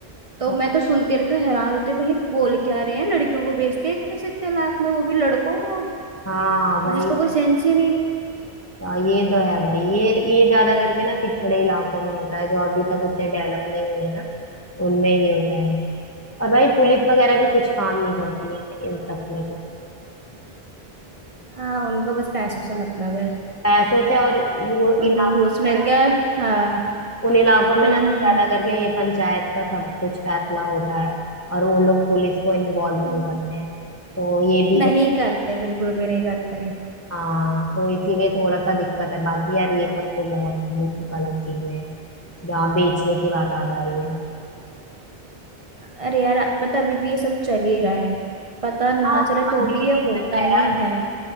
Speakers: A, on the right; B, on the left.
A: तो
B: और
A: मैं तो सुनती रहती हूँ हैरान होती हूँ भाई ये बोल क्या रहे हैं लड़कियों को बेचते हैं इतने से इतने लाख में वो भी लड़कों को
B: हाँ वही
A: जिसका कोई सेंस ही नहीं है
B: हाँ, ये तो है भाई ये ये ज्यादा करके ना पिछड़े इलाकों में होता है जो अभी तक उतने डेवलप नहीं हुए ना उनमें ये होता है और भाई पुलिस वगैरह भी कुछ काम नहीं करती है इन सब में तो
A: हाँ उनको बस पैसों से मतलब है
B: पैसों से और वो
A: उनको
B: इलाकों
A: घूस मिल
B: में ना
A: गया हाँ
B: उन इलाकों में
A: हम्म
B: ना ज्यादा
A: हम्म
B: करके ये पंचायत का सब कुछ फैसला होता है और वो लोग पुलिस को इन्वॉल्व
A: ओ,
B: नहीं करते हैं तो ये भी
A: नहीं
B: तो
A: करते बिल्कुल भी नहीं करते
B: हाँ तो इसीलिए थोड़ा सा दिक्कत है बाकी यार ये सब तो बहुत वो गलत चीजें हैं जहाँ बेचने की बात आ जा रही है
A: अरे यार पता अभी भी ये सब चल ही रहा है पता ना
B: हाँ
A: चले तो
B: अभी
A: भी ये
B: भी चल
A: होता
B: रहा है
A: ही
B: यार
A: है